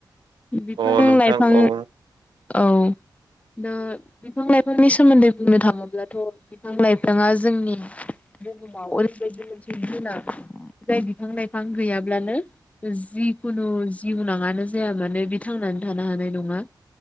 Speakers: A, on the left (about 15°); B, on the right (about 70°).
A: बिफां
B: अ नोंथां
A: लाइफां
B: अ
A: औ दा बिफां लाइफांनि सोमोन्दै बुंनो थाङोब्लाथ' बिफां लाइफांङा जोंनि ओरैबायदि मोनसे जिब- जुनार जाय बिफां लाइफां गैयाब्लानो जिखुनु जिउनांङानो जाया मानो बे थांनानै थानो हानाय नंङा।